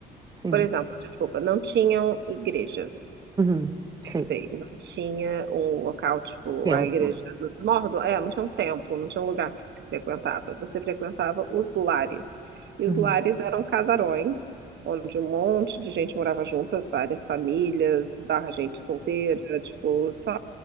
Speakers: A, on the right; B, on the right.
A: sim.
B: Por exemplo, desculpa, não tinham igrejas.
A: Uhum, sei.
B: sei, não tinha um local tipo
A: Templo.
B: a igreja dos Mordo, é, não tinha um templo, não tinha um lugar que se frequentava. Você frequentava os lares. E
A: Uhum,
B: os lares eram casarões, onde um monte de gente morava junta, várias famílias, barra gente solteira, tipo, só